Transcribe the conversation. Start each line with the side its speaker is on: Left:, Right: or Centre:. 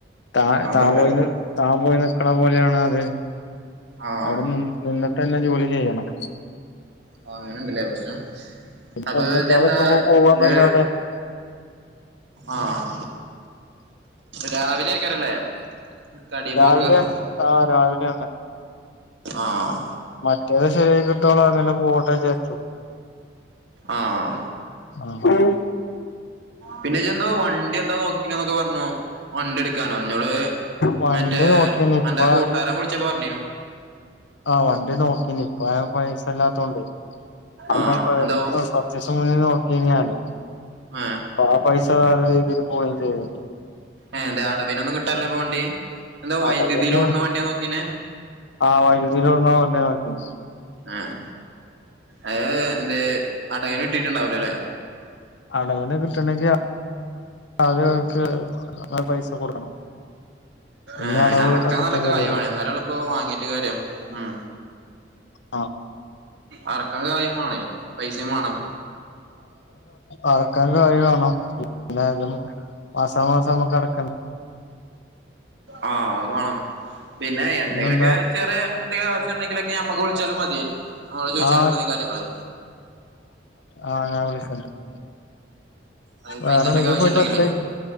Left: താ
Right: അതാല്ലേ
Left: താ പോയിന്ന് താൻ പോയി നിക്കണ പോലെയാണ് അത്
Right: ആഹ്
Left: അവിടെ നി നിന്നിട്ട് തന്നെ ജോലി ചെയ്യണം
Right: ആ അങ്ങനെണ്ടല്ലേ പ്രശ്നം
Left: ഇപ്പൊ
Right: അപ്പൊന്താ
Left: ഒന്നുമില്ലാതെ നിക്കുമ്പോ പോവാന്നല്ലാതെ
Right: ഇത് ആഹ് രാവിലെയ്ക്കാരെല്ലേ കടി
Left: രാവിലെയാണ്
Right: പോക്ക്ട്ട
Left: ആ രാവിലെയാണ്
Right: ആഹ്
Left: മറ്റേത് ശരെയി കിട്ടോളോ അങ്ങനെ പോകട്ടെച്ചു
Right: ആഹ്
Left: ആ
Right: പിന്നെജെന്തോ വണ്ടി എന്താ നോക്ക പിന്നൊക്കെറഞ്ഞോ വണ്ടിടുക്ക ക്കാനോ നിള്
Left: വണ്ടി
Right: മറ്റേ
Left: നോക്കീനി ഇപ്പ
Right: എന്റെ കൂട്ടാരൻ വിളിച്ച പറഞ്ഞീനു
Left: ആഹ് വണ്ടി നോക്കീ ഇപ്പ ആ പൈസല്ലാത്തോണ്ട് <unintelligible>
Right: ആഹ് എന്താ ആഹ്
Left: ആ പൈസ വേറെ രീതിൽ പോയയും ചെയ്യ
Right: ഏ് എന്ത അടവിനൊന്നും കിട്ടല്ലേപ്പോ വണ്ടി എന്താ വൈദ്യുതിയിൽ
Left: അടവിന്
Right: ഓടുന്ന വണ്ടിയാ നോക്കീനെ
Left: ആ വൈദ്യുതിയിലള്ളണ്ട വണ്ടി നോക്യേ
Right: ആഹ് അത് എന്ത അടകന് കിട്ടിട്ടണ്ടാവലോ അല്ലേ
Left: അടവിന് കിട്ടണെങ്കിൽ ആദ്യക്ക് പൈസ കൊടുക്കണം പിന്നെ
Right: ആഹ്
Left: അടവ്
Right: അ അറക്കാൻ
Left: ഇപ്പ
Right: നല്ലൊ
Left: തരുള്ളൂ
Right: കായി വേണ എന്നാലളപ്പോ വാങ്ങീട്ട് കാര്യം ഉം
Left: ആ
Right: ആറക്കൻ കായിം വേണേ പൈസേം വേണം
Left: അറക്കൻ കായ് വെണം പിന്നെ മാസ മാസം നമ്മക്ക് അടക്കണ്ട്
Right: ആഹ് അത് വാ ണംപിന്നെ എന്തെങ്കിലുക്കെ
Left: പിന്നെന്താ
Right: ചെറ എന്തെങ്കിലും ആവശ്യം ഉണ്ടെങ്കിലൊക്കെ ഞമ്മക്ക് വിളിച്ചാലും മതി നമ്മ ചോദിച്ചാലും
Left: ആ
Right: മതി കാര്യങ്ങള്
Left: ആ ഞാൻ വിളിച്ചണ്ട് <inaudible>
Right: അത്
Left: വേറെ
Right: പൈസന്റെ ഒക്കെ
Left: എവിടെ
Right: ആവശ്യം
Left: പോയിട്ട്
Right: ഉണ്ടെങ്കിലേ
Left: പത്തര